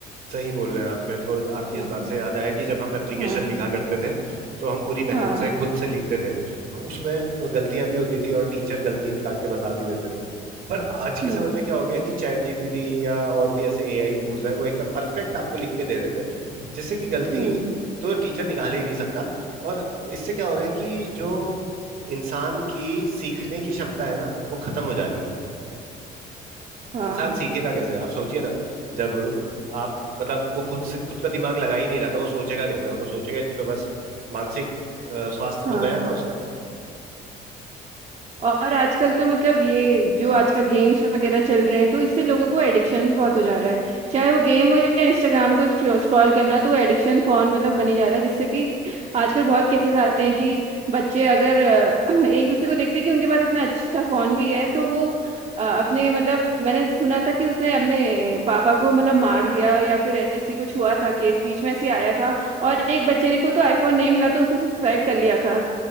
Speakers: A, on the right; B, on the right.
A: सही बोल रहे हैं आप मेरे को आपकी
B: हम्म
A: इस बात से याद आया कि जब हम एप्लीकेशन
B: हाँ
A: लिखा करते थे तो हम पूरी मेहनत
B: हाँ
A: से खुद से लिखते थे और उसमें गलतियां भी होती थी और टीचर गलती निकाल के बता भी देते थे पर आज के
B: हम्म
A: समय में क्या हो गया कि चैट जीपीटी या और भी ऐसे एआई टूल्स हैं वो एकदम परफेक्ट आपको लिख के दे देते हैं जिससे कि गलती
B: हम्म
A: तो टीचर निकाल ही नहीं सकता और इससे क्या हो रहा है कि जो इंसान की सीखने की क्षमता है ना वो खत्म हो जा रही है
B: हाँ
A: इंसान सीखेगा कैसे आप सोचिए ना जब आप मतलब वो खुद से खुद का दिमाग लगा ही नहीं रहा तो वो सोचेगा कैसे और वो सोचेगा नहीं तो बस मानसिक अ, स्वास्थ्य
B: हाँ
A: तो गया ना उसका
B: और आजकल तो मतलब ये जो आजकल गेम्स वगैरह चल रहे हैं तो इससे लोगों को एडिक्शन भी बहुत हो जा रहा है चाहे वो गेम हो या इंस्टाग्राम को स्क्रॉल करना तो एडिक्शन फोन मतलब बने जा रहा है जिससे कि आजकल बहुत केसेस आते हैं कि बच्चे अगर अ, <clears throat> एक दूसरे को देखते हैं कि उनके पास इतना अच्छा फोन भी है तो वो अ, अपने मतलब मैंने सुना था कि उसने अपने पापा को मतलब मार दिया या फिर ऐसी कुछ हुआ था केस बीच में ऐसे आया था और एक बच्चे ने को तो आईफोन नहीं मिला तो उसने सुसाइड कर लिया था